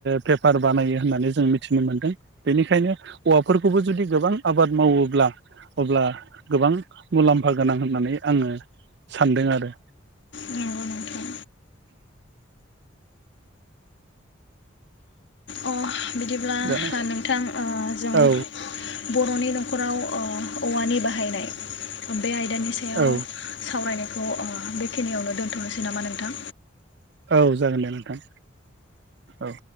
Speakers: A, on the right; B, on the left.
A: पेपार बानायो होननानै जों मिथिनो मोन्दों बेनिखायनो औवाफोरखौबो जुदि गोबां आबाद मावोब्ला अब्ला गोबां मुलाम्फा गोनां होननानै आङो सानदों आरो
B: नंगौ नोंथां अ बिदिब्ला
A: दा
B: नोंथां जों
A: औ
B: बर'नि नख'राव औवानि बाहायनाय बे आयदानि सायाव
A: औ
B: सावरायनाय थ बेखिनियावनो दोन्थनोसै नामा नोंथां?
A: औ जागोन दे नोंथां औ।